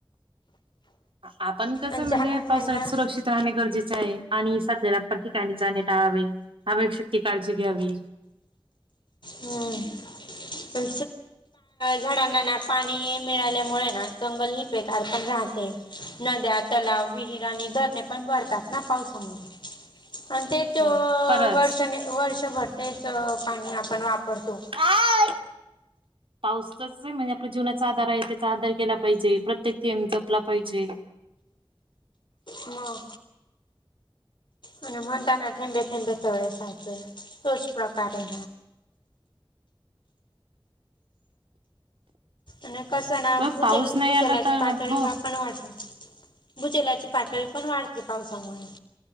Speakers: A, on the right; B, on the left.
A: आपण कस
B: आणि
A: आहे
B: झाडांना
A: म्हणजे पावसाळ्यात
B: आहे ना
A: सुरक्षित- राहणे गरजेचे आहे, आणि सध्याला <unintelligible> पण ठिकाणी जाणे टाळावे आवश्यक ती काळजी घ्यावी.
B: हम् झाडांना ना पाणी मिळाल्यामुळे ना जंगल <unintelligible> राहते. नद्या, तलाव, विहिर आणि धरणे पण भरतात ना पावसामुळे आणि तेच
A: हो खरंच.
B: वर्षाने वर्षभर तेच पाणी आपण वापरतो
A: हाव पाऊस कस आहे म्हणजे आपल्या जीवनाचा आधार आहे त्याचा आदर केला पाहिजे प्रत्येक थेंब जपला पाहिजे
B: मग आणि म्हणता ना थेंबे, थेंबे तळे साचे तोच प्रकारे आणि कसना
A: व
B: भुजल
A: पाऊस नाही
B: भुजलाची
A: आला तर
B: पाातळी
A: हो
B: वाढ पण वाढत भुजलाची पातळी पण वाढते पावसामुळे